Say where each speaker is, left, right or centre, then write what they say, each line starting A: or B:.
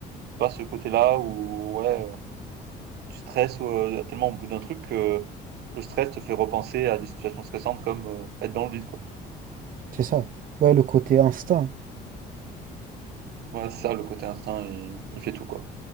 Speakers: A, on the right; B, on the right.
A: c'est pas ce côté-là où, ouais, euh, tu stresses euh, tellement au bout d'un truc que le stress te fait repenser à des situations stressantes comme euh, être dans le vide, quoi.
B: c'est ça. Ouais, le côté instinct.
A: Ouais, c'est ça, le côté instinct, il, il fait tout, quoi.